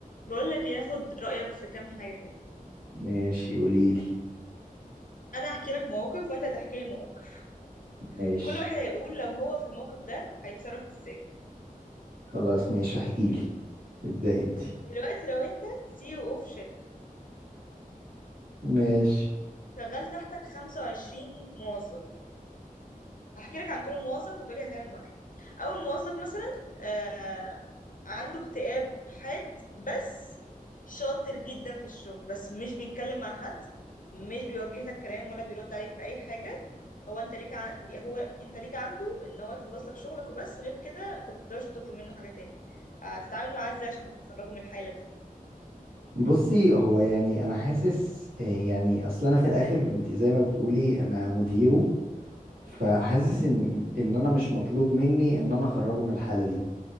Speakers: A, on the left; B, on the right.
A: بقول لك إيه، هاخد رأيك في كام حاجة كده
B: ماشي قوليلي
A: انا هحكي لك مواقف وانت هتحكي لي مواقف
B: ماشي
A: كل واحد هيقول لو هو في الموقف ده هيتصرف ازاي
B: خلاص ماشي احكيلي ابدأ انت
A: دلوقتي لو انت سي او او في شركة
B: ماشي
A: شغال تحتك 25 موظف هحكي لك عن كل موظف وتقولي هتعمل او الموظف مثلا آه عنده اكتئاب حاد بس شاطر جدا في الشغل بس مش بيتكلم مع حد مش بيوجه لك كلام ولا بيرد عليك في اي حاجة هو انت ليك ع... هو انت ليك عنده ان هو يخلص لك شغلك وبس غير كده انت ما بتقدرش تطلب منه حاجة تاني هتتعامل معاه ازاي عشان تخرجه من الحالة دي
B: بصي هو يعني انا حاسس آه، يعني اصل انا في الاخر انت زي ما بتقولي انا مديره فحاسس ان ان انا مش مطلوب مني ان انا اخرجه من الحالة دي